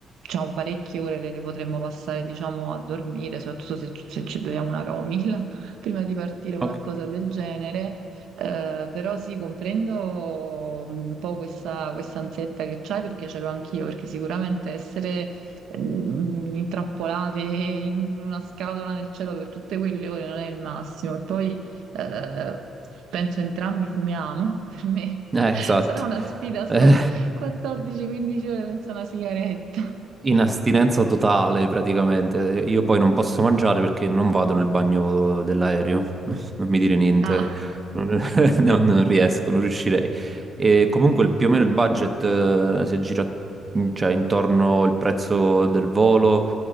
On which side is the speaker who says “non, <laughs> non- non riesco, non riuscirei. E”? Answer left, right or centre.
Right